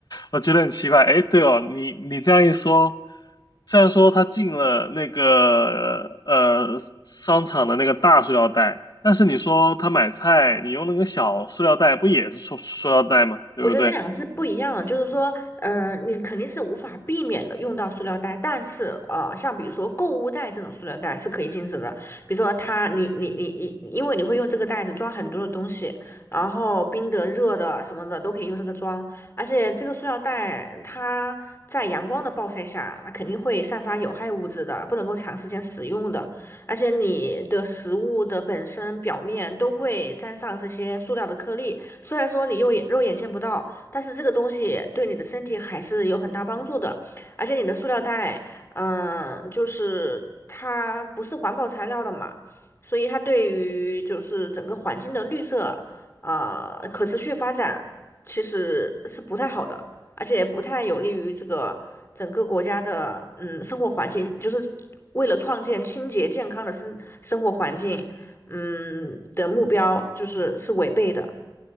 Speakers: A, on the left; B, on the left.
A: 我觉得很奇怪。哎，对哦，你你这样一说，虽然说他进了那个呃商场的那个大塑料袋，但是你说他买菜，你用那个小塑料袋，不也是塑塑料袋吗？对不对？
B: 我觉得这两个是不一样的，就是说，嗯、你肯定是无法避免的用到塑料袋，但是，呃，像比如说购物袋这种塑料袋是可以禁止的，比如说它，你你你你，因为你会用这个袋子装很多的东西，然后冰的、热的什么的都可以用这个装，而且这个塑料袋它在阳光的暴晒下，那肯定会散发有害物质的，不能够长时间使用的，而且你的食物的本身表面都会沾上这些塑料的颗粒。虽然说你肉眼肉眼见不到，但是这个东西对你的身体还是有很大帮助的。而且你的塑料袋，嗯，就是它不是环保材料的嘛，所以它对于就是整个环境的绿色啊，呃可持续发展其实是不太好的，而且也不太有利于这个整个国家的嗯生活环境，就是为了创建清洁健康的生生活环境，嗯的目标，就是是违背的。